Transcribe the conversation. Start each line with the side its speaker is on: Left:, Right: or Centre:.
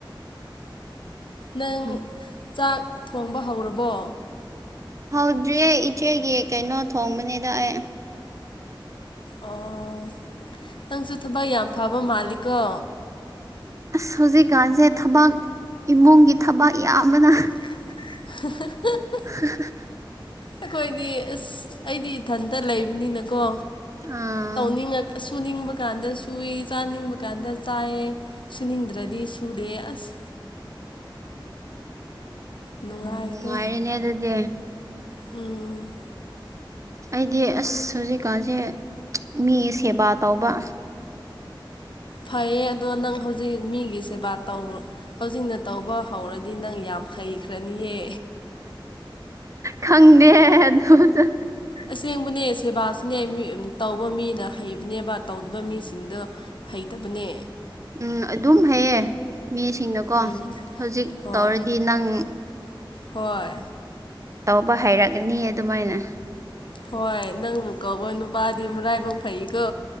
Left: ꯅꯪ
Right: ꯎꯝ
Left: ꯆꯥꯛ ꯊꯣꯡꯕ ꯍꯧꯔꯕꯣ
Right: ꯍꯧꯗ꯭ꯔꯤꯌꯦ ꯏꯆꯦꯒꯤ ꯀꯩꯅꯣ ꯊꯣꯡꯕꯅꯤꯗ ꯑꯩ
Left: ꯑꯣ ꯅꯪꯁꯨ ꯊꯕꯛ ꯌꯥꯝ ꯐꯕ ꯃꯥꯜꯂꯤꯀꯣ
Right: ꯑꯁ ꯍꯧꯖꯤꯛꯀꯥꯟꯁꯦ ꯊꯕꯛ ꯏꯕꯨꯡꯒꯤ ꯊꯕꯛ ꯌꯥꯝꯕꯅ
Left: ꯌꯥꯝꯕꯅ <unintelligible>
Right: <unintelligible>
Left: ꯑꯩꯈꯣꯏꯗꯤ ꯑꯁ ꯑꯩꯗꯤ ꯏꯊꯟꯇ ꯂꯩꯕꯅꯤꯅꯀꯣ
Right: ꯑꯥ
Left: ꯇꯧꯅꯤꯡꯉꯛ ꯁꯨꯅꯤꯡꯕ ꯀꯥꯟꯗ ꯁꯨꯏ ꯆꯥꯅꯤꯡꯕ ꯀꯥꯟꯗ ꯆꯥꯏꯌꯦ ꯁꯨꯅꯤꯡꯗ꯭ꯔꯗꯤ ꯁꯨꯗꯦ ꯑꯁ ꯅꯨꯡꯉꯥꯏꯇꯦ
Right: ꯅꯨꯡꯉꯥꯏꯔꯦꯅꯦ ꯑꯗꯨꯗꯤ
Left: <inaudible> ꯎꯝ
Right: ꯑꯩꯗꯤ ꯑꯁ ꯍꯧꯖꯤꯛꯀꯥꯟꯁꯦ ꯃꯤꯒꯤ ꯁꯦꯕꯥ ꯇꯧꯕ
Left: ꯐꯩꯌꯦ ꯑꯗꯣ ꯅꯪ ꯍꯧꯖꯤꯛ ꯃꯤꯒꯤ ꯁꯦꯕꯥ ꯇꯧ ꯍꯧꯖꯤꯛꯅ ꯇꯧꯕ ꯍꯧꯔꯗꯤ ꯅꯪ ꯌꯥꯝ ꯍꯩꯈ꯭ꯔꯅꯤꯌꯦ
Right: ꯈꯪꯗꯦ ꯑꯗꯨꯁꯨ
Left: ꯑꯁꯦꯡꯕꯅꯦ ꯁꯦꯕꯥꯁꯨꯅꯦ ꯃꯤ ꯇꯧꯕ ꯃꯤꯅ ꯍꯩꯕꯅꯦꯕ ꯇꯧꯗꯕ ꯃꯤꯁꯤꯡꯗꯣ ꯍꯩꯇꯕꯅꯦ
Right: ꯎꯝ ꯑꯗꯨꯝ ꯍꯩꯌꯦ ꯃꯤꯁꯤꯡꯅꯀꯣ
Left: ꯎꯝ
Right: ꯍꯧꯖꯤꯛ
Left: ꯍꯣꯏ
Right: ꯇꯧꯔꯗꯤ ꯅꯪ
Left: ꯍꯣꯏ
Right: ꯇꯧꯕ ꯍꯩꯔꯛꯑꯅꯤ ꯑꯗꯨꯃꯥꯏꯅ
Left: ꯍꯣꯏ ꯅꯪꯕꯨ ꯀꯣꯕ ꯅꯨꯄꯥꯗꯤ ꯃꯥꯔꯥꯏ ꯕꯛ ꯐꯩꯀꯣ